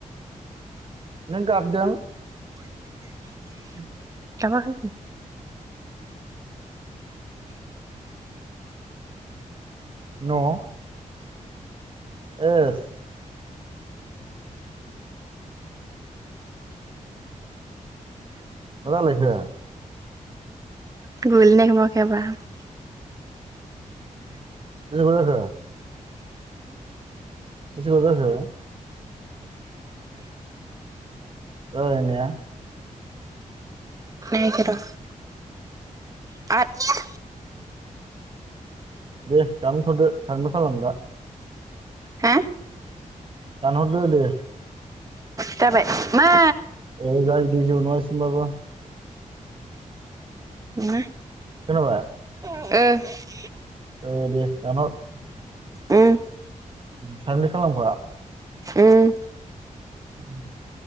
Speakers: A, on the right; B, on the right.
A: नों गाबदों? <inaudible>
B: गाबाखै होन।
A: न'। येस। मा जालायखो।
B: <unintelligible>
A: <unintelligible> <unintelligible> ओय होननाया
B: <unintelligible> <unintelligible>
A: दे दानथ'दो साबमिट खालाम दा
B: हा
A: दानहरदो दे।
B: जाबाय मा?
A: ओ जायोदे जेबो नङा‌ इसिमबाबो।
B: उम।
A: खोनाबाय?
B: ओ।
A: औ दे दानहर।
B: उम
A: साबमिट खालामखा।
B: उम
A: <inaudible>